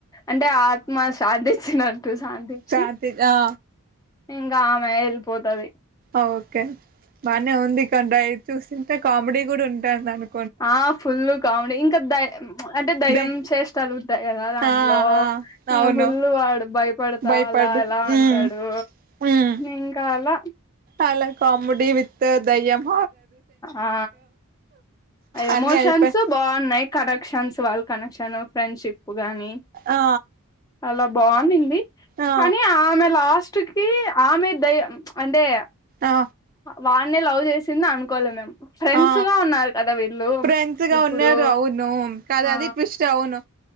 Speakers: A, on the left; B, on the right.
A: అంటే ఆత్మ శాంతి చ్చినంటూ శాంతించ
B: స్వాతి ఆ
A: ఇంకా ఆమె వెలి పోతుది
B: ఓకే బాగానే ఉంది ఇక డై చూసింటే కామెడీ కూడా ఉంటాయి దానికి
A: ఆ ఫుల్ కామెడీ ఇంకా ద అంటే దయం
B: దే
A: చేష్టలు ఎలా దాంట్లో
B: ఆ ఆ
A: ఇంకా
B: అవును
A: ఫుల్లు వాడు భయపడతా
B: భయపడు
A: అలా ఎలా అంటాడు
B: ఉమ్ ఉమ్
A: ఇంకా అలా
B: అలా కమెడి విత్ దయ్యమ్
A: ఆ ఎమోషన్స్
B: అన్ని అయిపోయి
A: బాగున్నాయి కడక్షన్స్ వాల్ కనెక్షన్ ఫ్రెండ్షిప్ గాని
B: ఆ
A: అాల బాగుందింది
B: ఆ
A: కానీ ఆమె లాస్ట్ కి ఆమె దయ అంటే
B: ఆ
A: వాడినే లవ్ చేసింది అనుకోవలే మేము ఫ్రెండ్స్
B: ఆ
A: గా ఉన్నారు కదా వీళ్ళు
B: ఫ్రెండ్స్గా
A: ఇప్పుడు
B: ఉన్నారుడు అవును కద
A: ఆ
B: అది విస్ట్ అవును